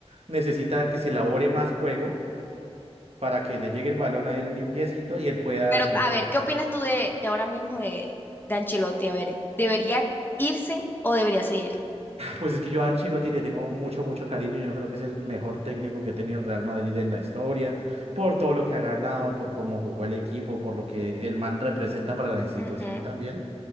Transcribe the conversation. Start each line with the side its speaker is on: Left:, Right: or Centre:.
Right: necesita que se elabore más juego para que le llegue el balón a él limpiecito y él pueda
Left: Pero
Right: meter.
Left: a ver, ¿qué opinas tú de, de ahora mismo de, de Ancelotti? A ver, ¿debería irse o debería seguir?
Right: Pues es que yo a Ancelotti le tengo mucho, mucho cariño. Yo creo que es el mejor técnico que ha tenido el Real Madrid en la historia, por todo lo que ha ganado, por cómo jugó el equipo, por lo que el man representa para la institución
Left: Ujú.
Right: también.